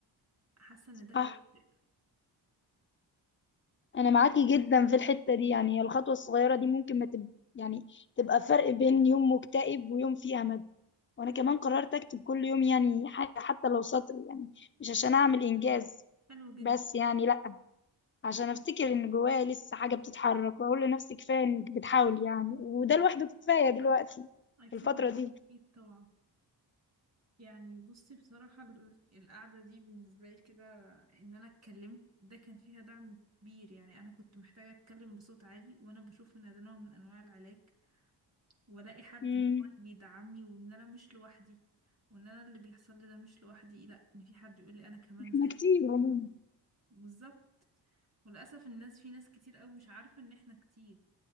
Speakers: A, on the right (about 35°); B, on the left (about 25°).
A: حاسة ان
B: صح
A: ده هيفرق
B: انا معاكي جدا في الحتة دي يعني الخطوة الصغيرة دي ممكن ما تب... يعني تبقى فرق بين يوم مكتئب ويوم فيه امل وانا كمان قررت اكتب كل يوم يعني حاجة حتى لو سطر يعني مش عشان اعمل انجاز
A: حلو جدا
B: بس يعني لا عشان افتكر ان جوايا لسه حاجة بتتحرك واقول لنفسي كفاية انك بتحاول يعني وده لوحده كفاية دلوقتي
A: أكيد
B: في الفترة دي
A: أكيد طبعا يعني بصي بصراحة ال- القعدة دي بالنسبة لي كده إن أنا اتكلمت ده كان فيها دعم كبير يعني أنا كنت محتاجة أتكلم بصوت عالي وأنا بشوف إن ده نوع من أنواع العلاج وألاقي حد
B: امم
A: إن هو بيدعمني وإن أنا مش لوحدي وإن أنا اللي بيحصل لي ده مش لوحدي لأ إن في حد يقول لي أنا كمان
B: احنا
A: زيك
B: كتير عموما
A: بالظبط وللأسف الناس في ناس كتير أوي مش عارفة إن إحنا كتير